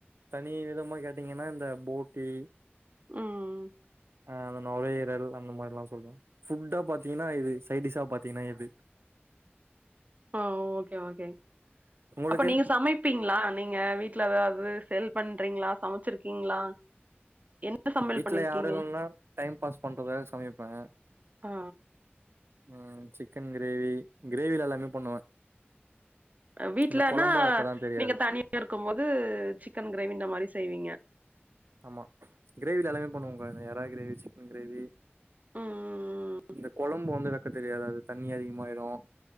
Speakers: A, on the right; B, on the right.
A: தனி விதமா க பாத்திங்கன்னா இந்த போட்டி
B: ம்
A: அ அந்த நுரையீரல் அந்த மாரி எல்லா சொல்ற ஃபுட்டா பாத்தீங்கன்னா இது சைடிஷா பாத்தீங்கன்னா இது
B: ஆ ஓகே ஓகே
A: உங்களுக்கு
B: அப்ப நீங்க சமைப்பீங்களா நீ நீங்க வீட்ல ஏதாது செல் பண்றீங்களா சமைச்சிருக்கீங்களா என்ன சமையல்
A: வீட்டுல
B: பண்ணிருக்கீங்க
A: யாரும் இல்லன்னா டைம் பாஸ் பண்றதுக்காக சமைப்ப
B: ஆ
A: ம் சிக்கன் கிரேவி கிரேவில எல்லாமே பண்ணுவ
B: வீட்லன்னா
A: இந்த கொழம்பா வெக்கலா தெரியாது
B: நீங்க தனியா இருக்கும் போது சிக்கன் கிரேவி இந்த மாரி செய்வீங்க
A: ஆமா கிரேவில எல்லாமே பண்ணுவேங்க எறா கிரேவி சிக்கன் கிரேவி
B: ம்
A: இந்த கொழம்பு வந்து வைக்க தெரியாதது அது தண்ணி அதிகமாயிரும்